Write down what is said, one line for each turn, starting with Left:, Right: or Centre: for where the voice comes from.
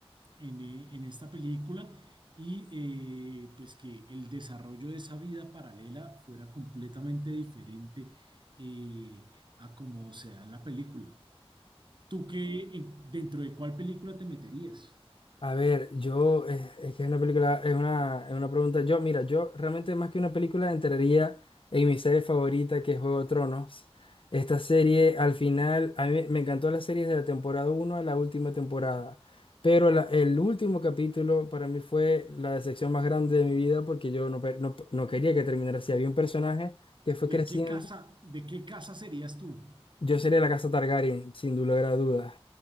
Right: en, eh, en esta película y eh, pues que el desarrollo de esa vida paralela fuera completamente diferente eh, a como se da en la película. ¿Tú qué, en- dentro de cuál película te meterías?
Left: A ver, yo, eh, es que es una película, es una, es una pregunta. Yo, mira, yo realmente más que una película entraría en mi serie favorita que es Juego de Tronos. Esta serie, al final, a mí me me encantó la serie de la temporada uno a la última temporada. Pero la- el último capítulo para mí fue la decepción más grande de mi vida porque yo no, pe- no, no quería que terminara así. Había un personaje que fue
Right: ¿De
Left: creciendo.
Right: qué casa, de qué casa serías tú?
Left: Yo sería la casa Targaryen, sin lugar a dudas.